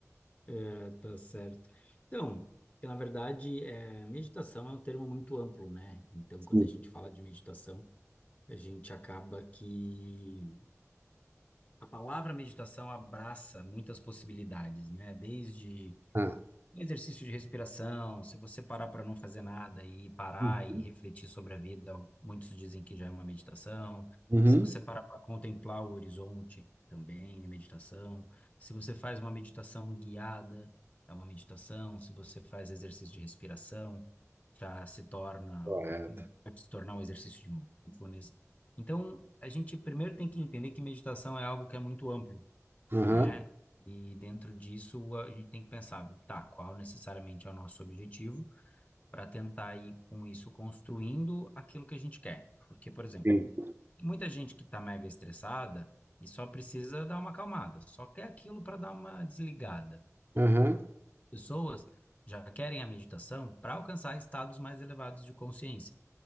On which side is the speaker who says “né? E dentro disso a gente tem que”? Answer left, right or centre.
Left